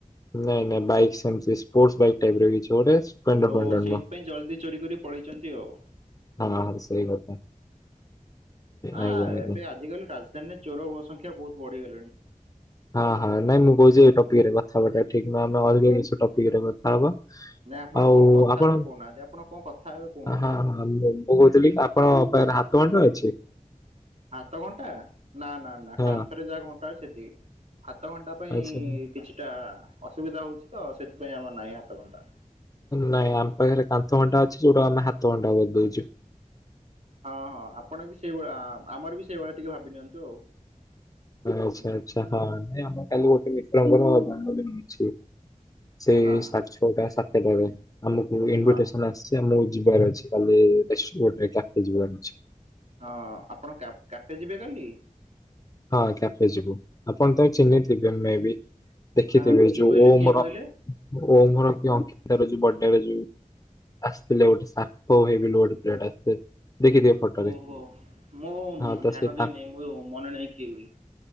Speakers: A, on the left (about 25°); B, on the right (about 55°).
A: ନାଇଁ ନାଇଁ ବାଇକ୍ ସେମିତି ସ୍ପୋର୍ଟସ ବାଇକ୍ ଟାଇପର କିଛି ଗୋଟେ ସ୍ପ୍ଲେଣ୍ଡର
B: ଓ
A: ଫେଣ୍ଡର
B: ସେଇଥିପାଇଁ
A: ନୁହଁ।
B: ଜଲଦି ଚୋରି କରି ପଳେଇଛନ୍ତି ଆଉ।
A: ହଁ ସେଇ କଥା।
B: ଆଁ
A: ଆଇଗୋ, ଆଇଗୋ।
B: ଏବେ ଆଜିକାଲି ରାଜଧାନୀରେ ଚୋର ସଂଖ୍ୟା ବହୁତ ବଢିଗଲେଣି।
A: ହଁ ହଁ ନାଇଁ ମୁଁ କହୁଛି ଏଇ ଟପିକ୍ ରେ କଥା ହବାଟା ଠିକ ନୁହଁ ଆମେ ଅଲଗା ଟପିକ୍ ରେ କଥା ହବା।
B: ନାଇଁ ଆପଣ
A: ଆଉ
B: କଣ କଥା
A: ଆପଣ
B: ହେବେ କହୁନାହାନ୍ତି ଆପଣ କଣ କଥା ହେବେ କହୁନାହାନ୍ତି?
A: ହଁ ହଁ ବହୁ ତିଲି ଆପଣ ପାଖରେ ହାତ ଘଣ୍ଟା ଅଛି?
B: ହାତ ଘଣ୍ଟା ନା ନା ନା
A: ହଁ
B: କାନ୍ଥରେ ଯାହା ଘଣ୍ଟା ଅଛି ସେତିକି। ହାତଘଣ୍ଟା ପାଇଁ
A: ଆଚ୍ଛା
B: କିଛିଟା ଅସୁବିଧା ହଉଛି ତ ସେଥିପାଇଁ ଆମର ନାହିଁ ହାତଘଣ୍ଟା।
A: ନାଇଁ ଆମ ପାଖରେ କାନ୍ଥଘଣ୍ଟା ଅଛି ଯୋଉଟା ଆମେ ହାତଘଣ୍ଟା କରି ଦୋଉଛୁ।
B: ହଁ ହଁ ଆପଣ ବି ସେଇଭଳିଆ ଆମର ବି ସେଇଭଳିଆ ଟିକେ ଭାବି ନିଅନ୍ତୁ ଆଉ।
A: ଆଚ୍ଛା
B: ହୁଁ।
A: ଆଚ୍ଛା ହଁ ନାଇଁ ଆମ କାଲି ଗୋଟେ ମିତ୍ରଙ୍କର ଜନ୍ମଦିନ ଅଛି ସେଇ
B: ହଁ
A: ସାଢ଼େ ଛଅଟା ସାତଟାରେ। ଆମକୁ ଇନଭିଟେସନ
B: ହଁ
A: ଆସିଛି ଆମକୁ ଯିବାର ଅଛି କାଲି <unintelligible> କ୍ୟାଫେ ଯିବାର ଅଛି।
B: ହଁ ଆପଣ କ୍ୟାଫେ ଯିବେ କାଲି?
A: ହଁ କ୍ୟାଫେ ଯିବୁ ଆପଣ ତାକୁ ଚିହ୍ନିଥିବେ ମେ ବି। ଦେଖିଥିବେ
B: କାହା କିଏ
A: ଯୋଉ
B: କହିଲେ
A: ଓମର
B: କିଏ କହିଲେ?
A: ଓମର କି ଅଙ୍କିତାର ଯୋଉ ବଡ୍ ଟେ ଯୋଉ ଆସିଥିଲେ ଗୋଟେ ସାର୍ଥକ ଭାଇ ବିଲୋ ଅଡିଟେଡ୍ ଆସିଥିଲେ ଦେଖିଥିବେ ଫଟୋରେ
B: ଓହୋ ମୁଁ
A: ହଁ ତ
B: ଧ୍ୟାନ
A: ସେ ତାଙ୍କ
B: ଦେଇନାହିଁ ମୁଁ ମ ନେ ନାହିଁ କିଏ ବୋଲି